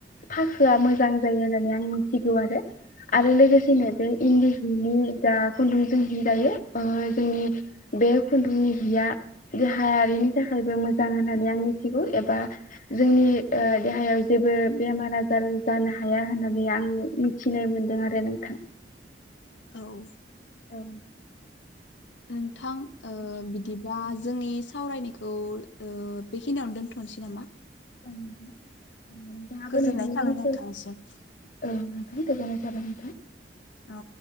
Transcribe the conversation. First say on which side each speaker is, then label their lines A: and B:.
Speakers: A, on the left; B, on the left.
A: फाखोआ मोजां जायो होननानै आं मिथिगौ आरो आरो लोगोसेनो बे इन्दि हिनि जा खुन्दुंजों हि दायो ओ जोंनि बे खुन्दुंनि हिया देहायारिनि थाखायबो मोजां होननानै आं मि थिगौ एबा जोंनि ओ देहायाव जेबो बेमार आजार जानो हाया होननानै आं मिथिनाय मोनदों आरो नोंथां।
B: औ
A: औ
B: नोंथां ओ बिदिब्ला जोंनि सावरायनायखौ ओ बेखिनियावनो दोनथ'नोसै नामा
A: <unintelligible> नोंथाङाबो
B: गोजोननाय
A: नोंथांनि
B: थाबाय
A: ओनसोल
B: नोंथांसिम
A: औ नोंथां गोजोनाय थांबाय नों
B: औ